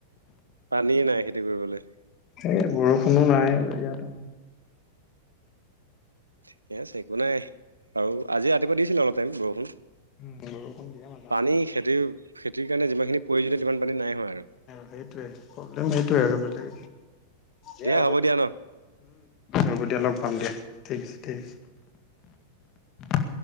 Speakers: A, on the right (about 85°); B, on the left (about 35°).
A: পানীয়ে নাই খেতি কৰিবলৈ
B: এই বৰষুণো নাই আৰু ইয়াত আ
A: ঠিকে আছে একো নাই আৰু আজি ৰাতিপুৱা দিছিলে অলপ টাইম বৰষুণ
B: উম, বৰষুণ দিয়ে মাজে মাজে
A: পানী খেতি খেতিৰ কাৰণে যিমানখিনি প্ৰয়োজনীয় সিমান পানী নাই হয় আৰু
B: সেইটোৱেই প্ৰব্লেম সেইটোৱে আৰু বেলেগ
A: দিয়া
B: হ'া
A: হ'ব দিয়া ন
B: হ'ব দিয়া লগ পাম দিয়া ঠিক আছে <inaudible>